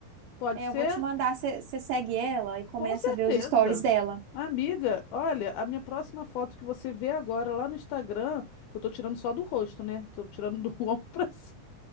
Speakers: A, on the left (about 80°); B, on the right (about 75°).
A: Pode
B: É,
A: ser?
B: eu vou te mandar, você você segue ela e começa
A: Com certeza.
B: a ver os stories dela.
A: Amiga, olha, a minha próxima foto que você vê agora lá no Instagram, que eu tô tirando só do rosto, né? Tô tirando do <laughs> ombro pra cima.